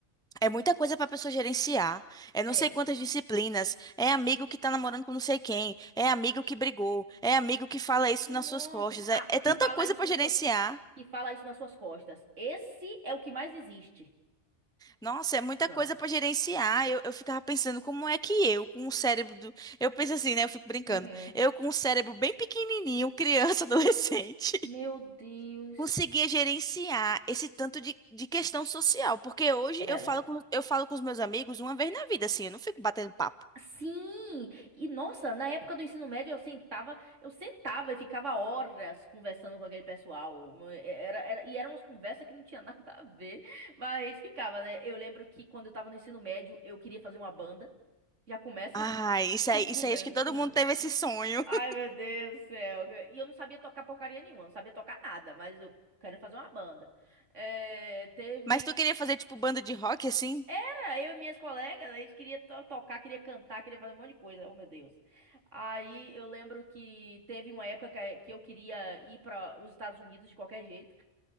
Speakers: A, in the centre; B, on the right.
A: É muita coisa para pessoa gerenciar. É não
B: É.
A: sei quantas disciplinas. É amigo que tá namorando com não sei quem. É amigo que brigou. É amigo que fala isso
B: Nossa.
A: nas suas costas.
B: Ah,
A: É, é
B: que
A: tanta
B: fala
A: coisa
B: isso
A: para
B: nas
A: gerenciar.
B: suas, que fala isso nas suas costas. Esse é o que mais existe.
A: Nossa, é muita
B: Nossa.
A: coisa para gerenciar. Eu, eu ficava pensando como é que eu, com o cérebro do... Eu penso assim, né? Eu fico brincando.
B: Uhum.
A: Eu com o cérebro bem pequenininho, criança, <laughs> adolescente,
B: Meu Deus.
A: conseguia gerenciar esse tanto de, de questão social. Porque hoje
B: Era.
A: eu falo com, eu falo com os meus amigos uma vez na vida, assim. Eu não fico batendo papo.
B: Sim! E nossa, na época do ensino médio eu sentava, eu sentava e ficava horas conversando com aquele pessoal. Era, era- e eram umas conversas que não tinha <laughs> nada a ver, mas a gente ficava, né? Eu lembro que quando eu tava no ensino médio, eu queria fazer uma banda. Já começa
A: Ah,
B: <laughs>
A: isso aí,
B: já começa
A: isso aí, acho que todo
B: aí.
A: mundo teve esse sonho.
B: Ai,
A: <laughs>
B: meu Deus do céu. E eu não sabia tocar porcaria nenhuma, não sabia tocar nada, mas eu quero fazer uma banda. É, teve.
A: Mas tu queria fazer tipo banda de rock assim?
B: Cara, eu e minhas colegas, a gente queria to- tocar, queria cantar, queria fazer um monte de coisa. Oh, meu Deus. Aí eu lembro que teve uma época que que eu queria ir para os Estados Unidos de qualquer jeito,